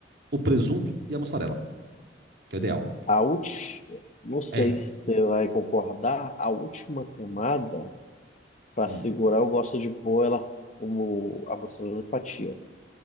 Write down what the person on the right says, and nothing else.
o presunto e a mussarela, que é o ideal.
É.
Hum.